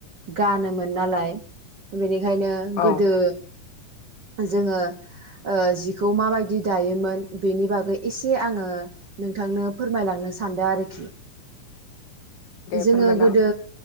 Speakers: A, on the right (about 70°); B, on the left (about 80°).
A: गानोमोन नालाय बेनिखायनो
B: औ
A: गोदो जोंङो ओ जिखौ माबायदि दायोमोन बेनि बागै एसे आंङो नोंथांनो फोरमायलांनो सानदों आरोखि
B: <inaudible> दे
A: जोंङो
B: फोरमायलां
A: गोदो